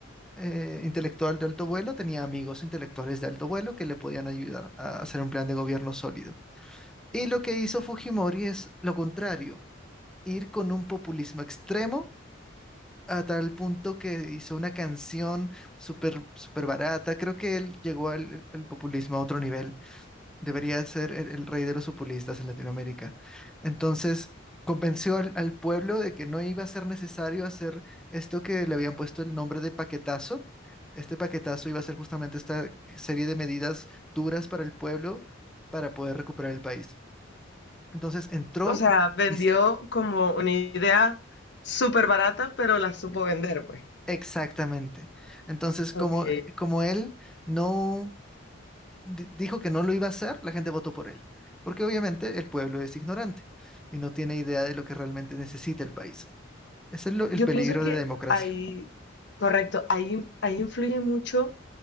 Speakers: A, in the centre; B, on the left.
A: eh, intelectual de alto vuelo tenía amigos intelectuales de alto vuelo que le podían ayudar a hacer un plan de gobierno sólido. Y lo que hizo Fujimori es lo contrario, ir con un populismo extremo a tal punto que hizo una canción súper súper barata. Creo que él llegó al al populismo a otro nivel Debería ser el, el rey de los populistas en Latinoamérica. Entonces, convenció al, al pueblo de que no iba a ser necesario hacer esto que le habían puesto el nombre de paquetazo. Este paquetazo iba a ser justamente esta serie de medidas duras para el pueblo para poder recuperar el país. Entonces, entró,
B: o sea, vendió
A: dis-
B: como una idea súper barata, pero la supo vender, pues.
A: exactamente. Entonces, como,
B: Ok.
A: como él no... di- dijo que no lo iba a hacer, la gente votó por él, porque obviamente el pueblo es ignorante y no tiene idea de lo que realmente necesita el país. Ese es lo- el
B: Yo
A: peligro
B: pienso que
A: de la democracia.
B: ahí, correcto, ahí, ahí influye mucho